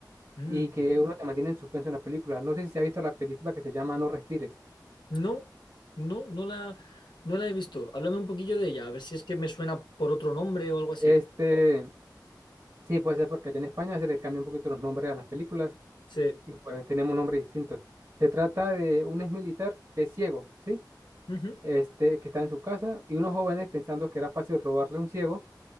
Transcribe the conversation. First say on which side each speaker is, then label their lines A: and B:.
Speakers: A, on the left (about 80°); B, on the right (about 40°).
A: mm.
B: y que uno se mantiene en suspenso en la película. No sé si se ha visto la película que se llama No Respires.
A: No, no, no la, no la he visto. Háblame un poquillo de ella, a ver si es que me suena por otro nombre o algo así.
B: Este... Sí, puede ser porque allá en España se le cambia un poquito los nombres a las películas
A: Sí.
B: y pues tenemos nombres distintos. Se trata de un exmilitar que es ciego, ¿sí?
A: Ujú,
B: Este, que está en su casa y unos jóvenes pensando que era fácil robarle a un ciego,